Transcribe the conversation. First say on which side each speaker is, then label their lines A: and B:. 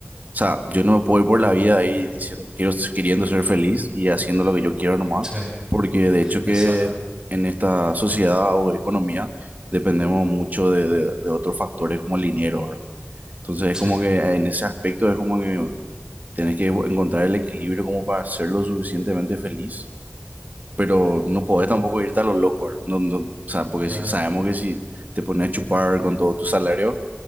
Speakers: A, on the right; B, on the right.
A: sea, yo no me puedo ir por la vida ahí diciendo, quiero, queriendo ser feliz y haciendo lo que yo quiero nomás,
B: sí,
A: porque de hecho que
B: exacto,
A: en esta sociedad o economía dependemos mucho de, de- de otros factores como el dinero, ¿verdad? Entonces
B: sí,
A: es como que en ese aspecto es como que Tenés que encontrar el equilibrio como para ser lo suficientemente feliz, pero no podés tampoco irte a lo loco, ¿verdad? No, no, o sea, porque
B: claro,
A: si sabemos que si te pones a chupar con todo tu salario,